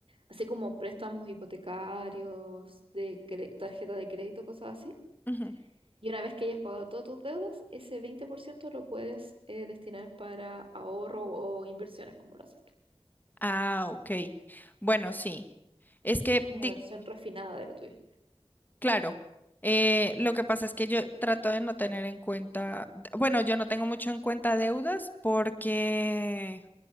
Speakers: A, on the right; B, on the left.
A: así como préstamos hipotecarios, de cre- tarjeta de crédito, cosas así,
B: ujú.
A: y una vez que hayas pagado todas tus deudas, ese 20% lo puedes eh, destinar para ahorro o inversiones, como lo haces tú.
B: Ah, ok. Bueno, sí.
A: Es
B: Es que,
A: Como
B: di-
A: una versión refinada de lo tuyo.
B: claro, eh, lo que pasa es que yo trato de no tener en cuenta, d- bueno, yo no tengo mucho en cuenta deudas porque,